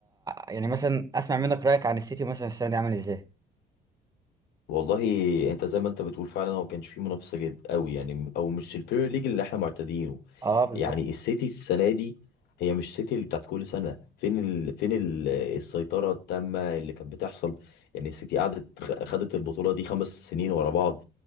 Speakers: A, on the right (about 20°); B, on the left (about 80°).
A: يعني مثلا أسمع منك رأيك عن السيتي مثلا السنة دي عامل إزاي؟
B: والله انت زي ما انت بتقول فعلا هو كانش فيه منافسة جد قوي يعني او مش البريمير ليج اللي احنا معتادينه
A: أه بالظبط
B: يعني السيتي السنة دي هي مش سيتي اللي بتاعت كل سنة فين ال... فين ال... السيطرة التامة اللي كانت بتحصل يعني السيتي قعدت خ- خدت البطولة دي خمس سنين ورا بعض